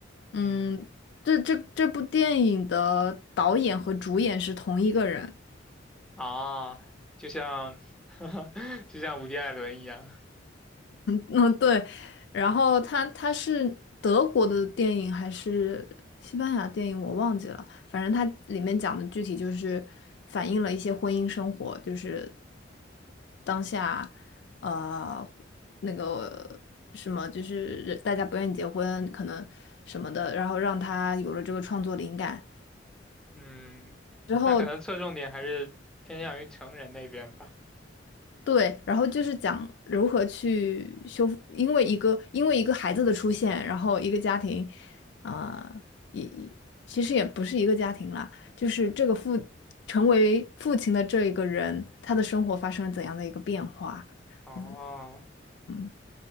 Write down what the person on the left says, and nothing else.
嗯，这这这部电影的导演和主演是同一个人，
嗯，对，然后它它是德国的电影还是西班牙电影，我忘记了。反正它里面讲的具体就是反映了一些婚姻生活，就是当下呃那个什么，就是人大家不愿意结婚，可能什么的，然后让他有了这个创作灵感
之后，
对，然后就是讲如何去修复，因为一个因为一个孩子的出现，然后一个家庭，啊、也其实也不是一个家庭啦，就是这个父成为父亲的这一个人，他的生活发生了怎样的一个变化？
嗯嗯，